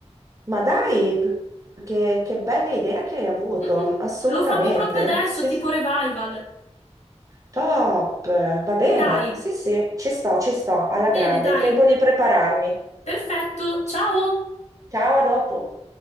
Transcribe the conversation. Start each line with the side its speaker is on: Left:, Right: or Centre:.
Right: Ma dai, che, che bella idea che hai avuto,
Left: Mhm.
Right: assolutamente.
Left: Lo fanno proprio adesso,
Right: Sì,
Left: tipo revival.
Right: top, va bene,
Left: Dai,
Right: sì, sì, ci sto, ci sto, alla
Left: bene,
Right: grande.
Left: dai.
Right: Tempo di prepararmi.
Left: Perfetto, ciao!
Right: Ciao, a dopo.